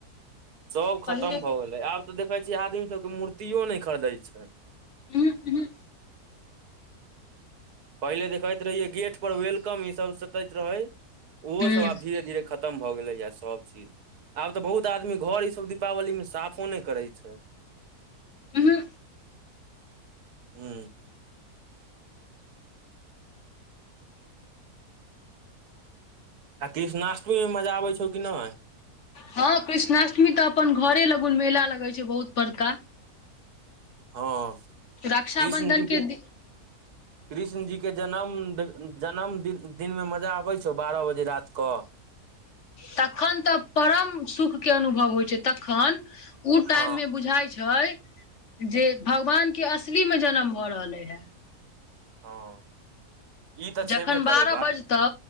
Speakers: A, on the right; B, on the left.
A: सब खतम
B: पहिले
A: भए गेले आब तऽ देखे छियै आदमी सब के मूर्तियो नइ खरदै छै।
B: उहु चहुं।
A: पहिले देखैत रहिये गेट पर वेलकम ई सब सतैत रहै ओहो
B: उहूं
A: सब आब धीरे धीरे खत। खतम भऽ गेलैएा सभ चीज आब तऽ बहुत आदमी घर ई सब दीपावलीमे साफो नहि करै छै।
B: उहु।
A: हू। आ कृष्णष्टमी में मजा आबै छौ कि नै?
B: हां कृष्णाष्टमी तै अपन घरे लगुन मेला लगे छै बहुत बड़का।
A: हां
B: रक्षाबन्धन
A: कृष्ण जी के
B: दि
A: कृष्ण जी के जन्म द जन्म दिन दिन मे मजा आबे छौ बारह बजे रात क।
B: तखन तऽ परम सुख के अनुभव होय छै। तखन उ टाइम
A: हँ
B: मे बुझाय छै जे भगवान के असली मे जन्म भऽ रहलै यै।
A: हां ई तै
B: जखन
A: छेबे
B: बारह
A: करै बात।
B: बजतौ